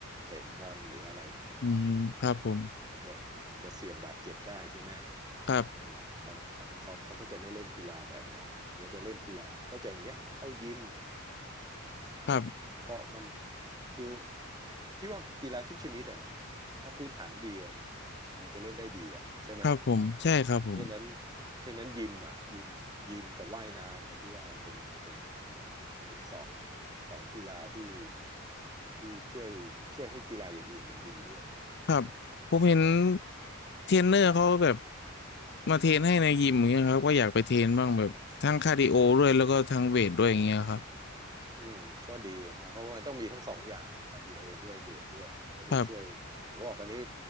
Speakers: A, on the right; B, on the left.
A: เตะบอลหรืออะไรอย่างเงี้ย
B: อืมครับผม
A: อันมันจะมันจะเสี่ยงบาดเจ็บได้ใช่ไหม
B: ครับ
A: อืมเขาเขาเขาเขาก็จะไม่เล่นกีฬาแบบนั้นเขาก็จะเล่นกีฬาก็จะอย่างเงี้ยเข้ายิม อ่าเพราะมัน
B: ครับ
A: คือพี่ว่ากีฬาทุกชนิดอะนะถ้าพื้นฐานดีอะมันมันมันจะเล่นได้ดีอะใช่ไหม
B: ครับผมใช่ครับผม
A: เพราะฉะนั้นฉะนั้นยิมอะยิมยิมกับว่ายน้ำเนี่ยพี่ว่าเป็นเป็นเป็นสองสองกีฬาที่ที่ช่วยช่วยให้กีฬาอย่างอื่นมันดีด้วย
B: ครับผมเห็น
A: ครับ
B: เทรนเนอร์เขาแบบมาเทรนให้ในยิมอย่างเงี้ยครับก็อยากไปเทรนบ้างแบบทั้งคาร์ดิโอด้วยแล้วก็ทั้งเวทด้วยอย่างเงี้ยครับ
A: อืมก็ดีมากเพราะว่ามันต้องมีทั้งสองอย่างคาร์ดิโอด้วยเวทด้วยก็จะช่วยผมบอกอันนี้
B: ครับ